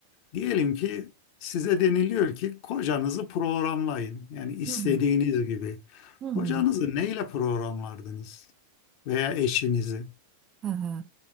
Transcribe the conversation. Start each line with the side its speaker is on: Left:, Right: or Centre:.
Left: Diyelim ki size deniliyor ki kocanızı programlayın. Yani istediğiniz
Right: Hı hı,
Left: gibi.
Right: hı hı.
Left: Kocanızı neyle programlardınız veya eşinizi?
Right: Hı hı.